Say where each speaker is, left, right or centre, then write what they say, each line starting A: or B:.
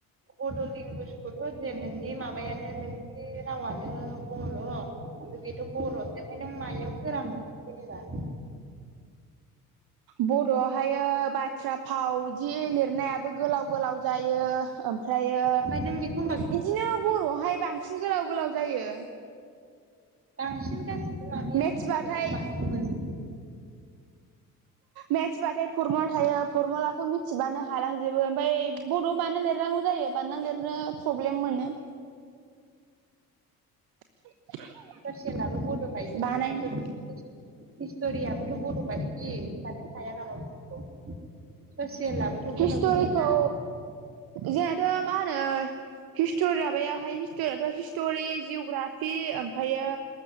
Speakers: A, on the right; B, on the right.
A: बड' लेंगुवेजखौथ' जे नोंनि माबायानो नोंनि रावानो बर'। ओमफाय बेथ' बर'सो ओमफ्राय नों मायाव गोरा मोनखो जेनेबा?
B: बर'आवहाय बाथ्रा फाव जि लिरनायाबो गोलाव गोलाव जायो। ओमफ्रायो
A: ओमफ्राय नों बिखौ
B: इदिनो बर'आवहाय बांसिन गोलाव गोलाव जायो।
A: बांसिन गासिबो माबायथ'
B: मेथ्सबाथाय
A: बर'आवनो बांसिनमोन
B: मेथ्सबाथाय फरमुला थायो फरमुलाखौ मिथिबानो हालांजोबो ओमफाय बड'आव बानायना लिरनांगौ जायो बानायना लिरनो प्रब्लेम मोनो। <inaudible> <unintelligible>
A: स'सेलाबो बड' बायदि
B: बानायनो
A: सिसथेम हिस्ट'रियाबोथ' बद' बायदि सानो हाया नामा बिसोरखौ। ससेयलाबोथ'
B: हिस्ट'रिखौ
A: गोलाव गोलावथार।
B: जोंहाथ' मा होनो हिस्ट'रि माबायावहाय हिस्ट'रियाथ' हिस्ट'रि जिअ'ग्राफि ओमफ्रायो